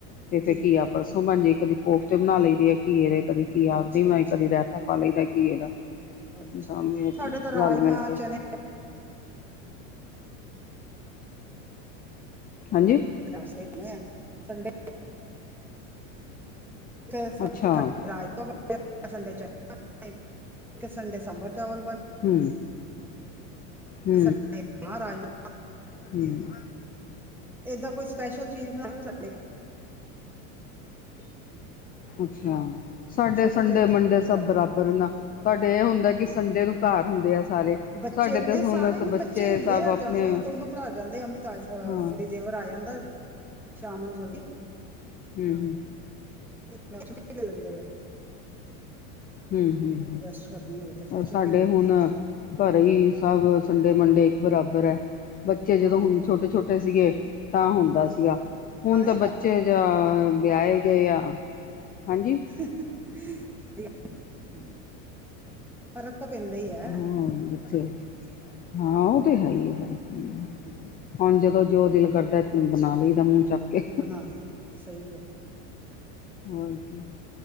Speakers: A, on the left; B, in the centre.
A: ਤੇ ਫਿਰ
B: ਠੀਕ
A: ਘੀਆ
B: ਹੈ
A: ਪਰਸੋ ਬਣਜੇਗੀ, ਕਦੀ ਕੋਫਤੇ ਬਣਾ ਲਈ ਦੇ ਘੀਏ ਦੇ, ਕਦੀ ਘੀਆ
B: ਅੱਛਾ
A: ਐਦਾ ਹੀ ਬਣਾਈ,
B: ਅੱਛਾ
A: ਕਦੀ ਰਹਿਤਾ ਪਾ ਲਈ ਦਾ ਘਿਏ ਦਾ
B: ਅੱਛਾ
A: ਦਾਮੇ
B: ਸਾਡੇ ਤਾਂ ਰਾਜਮਾਂ
A: ਰਲ ਮਿਲ ਕੇ
B: ਚਨੇ <inaudible>
A: ਹਾਂਜੀ।
B: <unintelligible> ਸੰਡੇ ਇੱਕ ਸੰਡੇ
A: ਅੱਛਾ ਹੂੰ
B: ਰਾਜਮਾਂ ਬਣਦੇ ਆ ਇੱਕ ਸੰਡੇ ਚਨੇ ਬਣਦੇ ਆ ਇੱਕ ਸੰਡੇ ਸਬਰ ਚਾਵਲ ਬਣ
A: ਹੂ ਹੂ
B: ਸੰਡੇ ਰਾਜਮਾ
A: ਹੂ
B: ਏਦਾ ਕੋਈ ਸਪੈਸ਼ਲ ਚੀਜ਼ ਬਣਾਓ ਸਾ <inaudible>
A: ਅੱਛਾ ਆ। ਸਾਡੇ
B: ਸ਼ੁਰੂ
A: ਸੰਡੇ-ਮੰਡੇ
B: ਤੋਂ ਏਦਾਂ ਹੀ ਮੰਮੀ
A: ਸਭ
B: ਕਰਦੇ
A: ਬਰਾਬਰ
B: ਆ
A: ਨਾ ਤੁਹਾਡੇ ਇਹ ਹੁੰਦਾ ਕਿ
B: ਹਾਂ
A: ਸੰਡੇ ਨੂੰ ਘਰ ਹੁੰਦੇ ਆ ਸਾਰੇ।
B: ਬੱਚੇ
A: ਸਾਡੇ
B: ਨਹੀਂ
A: ਤੇ ਹੁਣ
B: ਸਾਰੇ ਨੀ ਬੱਚੇ ਹੀ ਹੁੰਦੇ
A: ਸਭ
B: ਆ
A: ਆਪਣੇ
B: ਜਾਂ ਹੋਰ ਦੋਨੋ ਭਰਾ ਜਾਂਦੇ ਅਮਿਤਾ ਆਏ
A: ਹਾਂ
B: ਸੌਰੀ ਦੇਵਰ ਆਜਾ ਕਲ ਸ਼ਾਮ ਨੂੰ ਜਲਦੀ
A: <unintelligible>
B: <unintelligible>
A: ਹੰ ਹੰ
B: ਰੈਸਟ ਕਰਨੀ ਹੋਵੇ ਤਾਂ ਫਿਰ
A: ਹੰ
B: ਛੁੱਟੀ
A: ਸਾਡੇ
B: ਲੈ ਲੈਂਦੇ
A: ਹੁਣ
B: ਆ
A: ਘਰੇ ਹੀ ਸਬ ਸੰਡੇ-ਮੰਡੇ ਇੱਕ ਬਰਾਬਰ ਹੈ। ਬੱਚੇ ਜਦੋਂ
B: ਹਾਂ
A: ਹੁਨ ਛੋਟੇ-ਛੋਟੇ ਸੀਗੇ ਤਾਂ ਹੁੰਦਾ
B: ਹਾਂ
A: ਸੀਗਾ ਹੁਨ
B: ਹਾਂ
A: ਤਾਂ
B: ਇਹ
A: ਬ ਬੱਚੇ ਜਾ ਵਿਆਏ ਗਏ ਆ ਹਾਂਜੀ।
B: <unintelligible> ਫ਼ਰਕ ਤਾਂ ਪੈਂਦਾ ਈ ਐ
A: ਹਾਂ ਬੱਚੇ ਹਾਂ ਉਹ ਤੇ ਹੈ ਈ ਏ ਫੇਰ
B: ਹਮ,
A: ਹੁਣ ਜਦੋਂ ਜੋ ਦਿਲ ਕਰਦਾ ਬਨਾ ਲੲਈ ਦਾ ਮੂੰਹ ਚੱਕ ਕੇ
B: ਬਨਾ ਲਈਦਾ ਸਹੀ ਗੱਲ ਐ।
A: ਹੋਰ ਕੀ